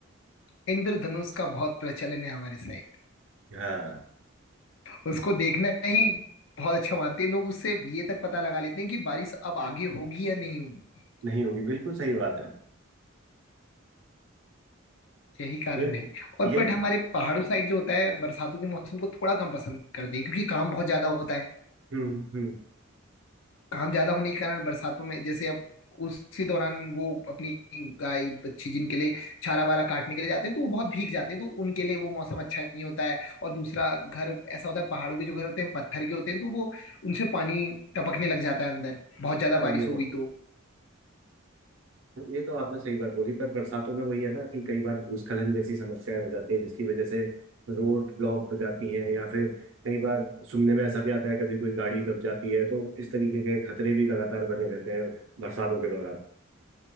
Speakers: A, on the left (about 60°); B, on the right (about 65°).
A: इंद्रधनुष का बहुत प्रचलन है हमारे साइड
B: हाँ
A: उसको देखना ही बहुत अच्छा मानते हैं लोग उससे ये तक पता लगा लेते हैं कि बारिश अब आगे होगी या नहीं होगी
B: नहीं होगी बिल्कुल सही बात है
A: यही कारण
B: ये
A: है और
B: ये
A: बट हमारे पहाड़ों साइड जो होता है बरसातों के मौसम को थोड़ा कम पसंद करते हैं क्योंकि काम बहुत ज्यादा होता है
B: हम्म हम्म
A: काम ज्यादा होने के कारण बरसातों में जैसे अब उसी दौरान वो अपनी गाय बच्ची जिनके लिए चारा वारा काटने के लिए जाते हैं तो वो बहुत भीग जाते हैं तो उनके लिए वो मौसम अच्छा नहीं होता है और दूसरा घर ऐसा होता है पहाड़ों के जो घर होते हैं पत्थर के होते हैं तो वो उनसे पानी टपकने लग जाता है अंदर बहुत ज्यादा
B: हाँ
A: बारिश
B: ये
A: हो
B: वो
A: गई तो
B: ये तो आपने सही बात बोली पर बरसातों में वही है ना कि कई बार भूस्खलन जैसी समस्याएं हो जाती है जिसकी वजह से रोड ब्लॉक हो जाती हैं या फिर कई बार सुनने में ऐसा भी आता है कभी कोई गाड़ी दब जाती है तो इस तरीके के खतरे भी लगातार बने रहते हैं बरसातों के दौरान